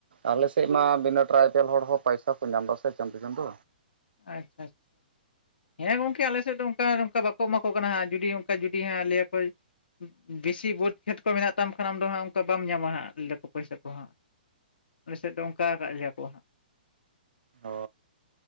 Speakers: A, on the right; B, on the left.
A: ᱟᱞᱮᱥᱮᱫ ᱢᱟ ᱵᱤᱱᱟᱹ ᱴᱨᱟᱭᱵᱮᱞ ᱦᱚᱲ ᱦᱚᱸ ᱯᱟᱭᱥᱟ ᱠᱚ ᱧᱟᱢ ᱮᱫᱟ ᱥᱮ ᱪᱟᱸᱫᱳ ᱪᱟᱸᱫᱳ
B: ᱟᱪᱪᱷᱟ ᱟᱪᱪᱷᱟ ᱦᱮᱸ ᱜᱚᱝᱠᱮ ᱟᱞᱮ ᱥᱮᱫ ᱫᱚ ᱚᱱᱠᱟ ᱱᱚᱝᱠᱟ ᱵᱟᱠᱚ ᱮᱢᱟ ᱠᱚ ᱠᱟᱱᱟ ᱦᱟᱸᱜ ᱡᱩᱫᱤ ᱚᱱᱠᱟ ᱡᱩᱫᱤ ᱦᱟᱸᱜ ᱞᱟᱹᱭᱟ ᱠᱚ ᱵᱤᱥᱤ ᱵᱟᱹᱫᱽ ᱠᱷᱮᱛ ᱠᱚ ᱢᱮᱱᱟᱜ ᱛᱟᱢ ᱠᱷᱟᱱ ᱟᱢ ᱫᱚ ᱦᱟᱸᱜ ᱚᱱᱠᱟ ᱵᱟᱢ ᱧᱟᱢᱟ ᱦᱟᱸᱜ, ᱞᱟᱹᱭ ᱫᱟ ᱯᱚᱭᱥᱟ ᱠᱚ ᱦᱟᱸᱜ᱾ ᱢᱞᱮᱥᱮᱫ ᱫᱚ ᱚᱝᱠᱟ ᱟᱠᱟᱫ ᱞᱮᱭᱟ ᱠᱚ ᱦᱟᱸᱜ᱾
A: ᱚ